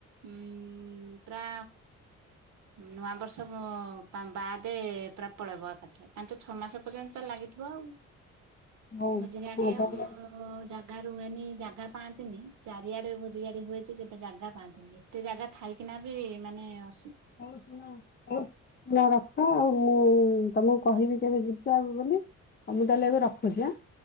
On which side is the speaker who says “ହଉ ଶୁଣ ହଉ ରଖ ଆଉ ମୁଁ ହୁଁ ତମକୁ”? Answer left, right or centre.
Left